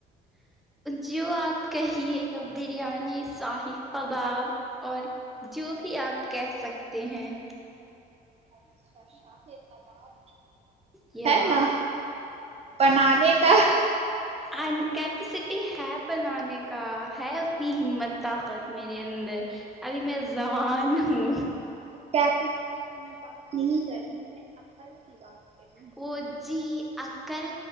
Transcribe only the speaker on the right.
اچھا شاہی کباب
ہے نا بنانے کا
جی کیپیسٹی کی میں بات نہیں کر رہی میں عقل کی بات کر رہی
ہوں